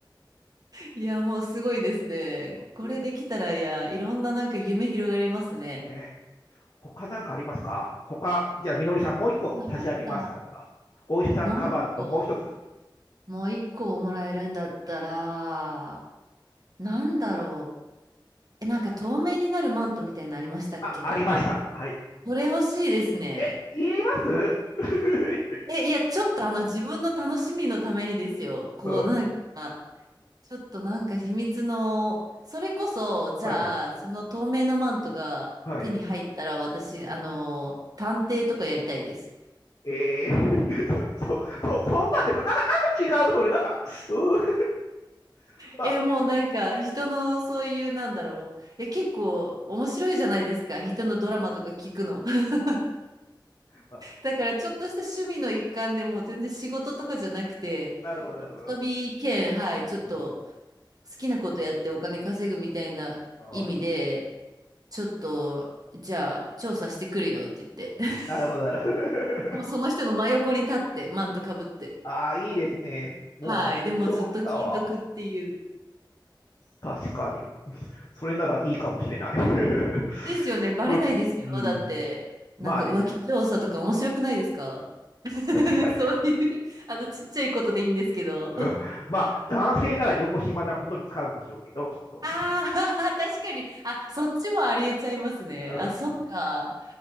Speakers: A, on the right (about 50°); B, on the left (about 50°).
A: いや、もうすごいですね。
B: うんそういう、
A: これできたら、いや、いろんななんか夢広がりますね。
B: ね、他なんかありますか他、じゃあ、みのりさん、もう一個差し上げますだったら、
A: なんだろ
B: お医者さんカバンともう一つ、
A: う。もう一個もう一個もらえるんだったら、なんだろう。え、なんか透明になるマントみたいなのありましたっけ
B: あ、ありました。はい。
A: これ欲しいですね。
B: え、いります <laughs>
A: え、いや、ちょっとあの自分の楽しみのためにですよ。こう、
B: うん、
A: なんか、ちょっとなんか秘密の、それこそ、じゃあ、
B: はい、
A: その透明のマントが手に入ったら、
B: はい。
A: 私、あの、探偵とかやりたいです。
B: えー、<laughs> そ、そ、そ、そんなんですかなんか、なんか違う、それ、なんか、うん、<laughs> まあ、
A: え、もうなんか人のそういうなんだろう。え、結構面白いじゃないですか。人のドラマとか聞くの。<laughs>
B: まあ、
A: だからちょっとした趣味の一環でもう全然仕事とかじゃなくて、
B: なるほど、なるほど。
A: 遊び兼、はい、
B: うん
A: ちょっと好きなことやってお金稼ぐみたいな意味で、
B: あー
A: ちょっとじゃあ調査してくるよって言って。<laughs>
B: なるほど、なるほど。
A: もうその人の真横に立って、マントかぶって。
B: <laughs> ああ、いいですね。もう、
A: はい。でもずっと聞いとくっていう。
B: 調査は。確かに。それならいいかもしれない。<laughs>
A: ですよね。バレないですよ。
B: うん、うん
A: だって、なんか浮気調査とか面白くないですか
B: まあね、
A: <laughs>
B: 確かに。
A: そういう、あの、ちっちゃいことでいいんですけど。
B: うんまあ、男性なら横島なことに使うんでしょうけど、きっと。
A: <laughs> ああ、<laughs> 確かに。あ、そっちもありえちゃいますね。
B: うん
A: あ、そっか。